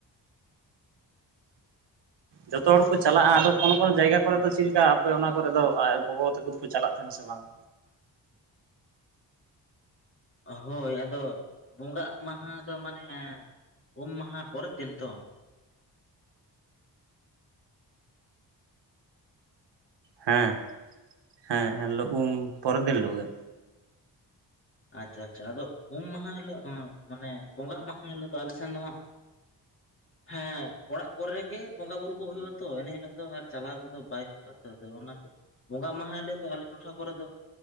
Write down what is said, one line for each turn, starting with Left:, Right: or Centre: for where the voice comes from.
Right: ᱡᱚᱛᱚ ᱦᱚᱲ ᱠᱚ ᱪᱟᱞᱟᱜᱼᱟ ᱟᱫᱚ ᱠᱚᱱᱳ ᱠᱚᱱᱚ ᱡᱟᱭᱜᱟ ᱠᱚᱨᱮ ᱫᱚ ᱪᱮᱫ ᱞᱮᱠᱟ ᱟᱯᱮ ᱚᱱᱟ ᱠᱚᱨᱮ ᱜᱚᱜᱚ ᱛᱟᱠᱚ ᱫᱚᱠᱚ ᱪᱟᱞᱟᱜ ᱛᱟᱦᱮᱸ <unintelligible> ᱥᱮ ᱵᱟᱝ
Left: ᱦᱳᱭ ᱟᱫᱚ ᱵᱚᱸᱜᱟᱜ ᱢᱟᱦᱟ ᱫᱚ ᱢᱟᱱᱮ ᱩᱢ ᱢᱟᱦᱟ ᱯᱚᱨᱮ ᱫᱤᱱ ᱛᱚ
Right: ᱦᱮᱸ ᱦᱮᱸ ᱮᱱᱦᱤᱞᱳᱜ ᱩᱢ ᱯᱚᱨᱮᱨ ᱫᱤᱱ ᱦᱤᱞᱳᱜ ᱜᱮ
Left: ᱟᱪᱪᱷᱟ ᱟᱪᱪᱷᱟ ᱟᱫᱚ ᱩᱢ ᱢᱟᱦᱟ ᱦᱤᱞᱳᱜ ᱢᱟᱱᱮ ᱵᱚᱸᱜᱟᱜ ᱢᱟᱦᱟ ᱦᱤᱞᱳᱜ ᱫᱚ ᱟᱞᱮ ᱥᱮᱱ ᱫᱚ ᱦᱟᱸᱜ <inaudible> ᱦᱮᱸ ᱚᱲᱟᱜ ᱠᱚᱨᱮ ᱜᱮ ᱵᱚᱸᱜᱟ ᱵᱩᱨᱩ ᱠᱚ ᱦᱩᱭᱩᱜᱼᱟ ᱛᱚ ᱮᱱ ᱦᱤᱞᱳᱜ ᱫᱚ ᱟᱨ ᱪᱟᱞᱟᱣ ᱠᱚᱫᱚ ᱵᱟᱭ ᱦᱩᱭᱩᱜ-ᱟ ᱛᱚ ᱚᱱᱟ ᱠᱚ ᱵᱚᱸᱜᱟ ᱢᱟᱦᱟ ᱟᱞᱮ ᱫᱚ ᱟᱞᱮ ᱴᱚᱴᱷᱟ ᱠᱚᱨᱮ ᱫᱚ